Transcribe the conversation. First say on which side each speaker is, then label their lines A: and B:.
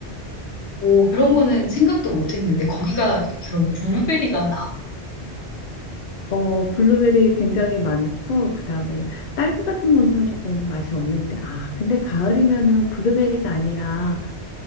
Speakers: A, on the left (about 75°); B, on the left (about 50°).
A: 오, 그런 거는 생각도 못 했는데, 거기가 그런 블루베리가 나.
B: 어, 블루베리 굉장히 많고 그다음에 딸기 같은 거는 조금 맛이 없는데 아, 근데 가을이면은 블루베리가 아니라